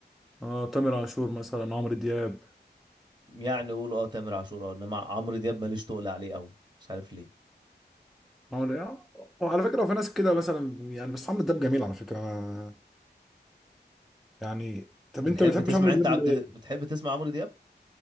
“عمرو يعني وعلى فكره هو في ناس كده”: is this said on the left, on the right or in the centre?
Centre